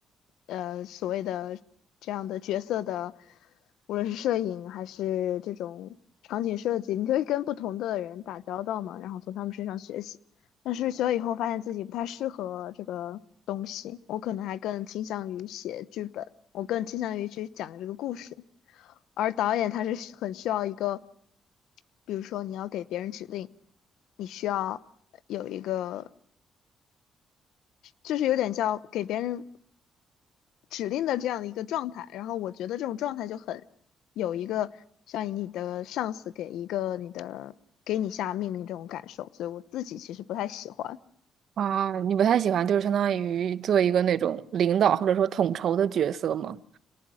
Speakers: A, on the left; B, on the right.
A: 呃所谓的这样的角色的，无论是摄影还是这种场景设计，你可以跟不同的人打交道嘛，然后从他们身上学习。但是学了以后，发现自己不太适合这个东西，我可能还更倾向于写剧本，我更倾向于去讲这个故事。而导演他是很需要一个，比如说你要给别人指令，你需要有一个就是有点叫给别人指令的这样的一个状态。然后我觉得这种状态就很有一个像你的上司给一个你的给你下命令这种感受，所以我自己其实不太喜欢。
B: 啊，你不太喜欢，就是相当于做一个那种领导或者说统筹的角色吗？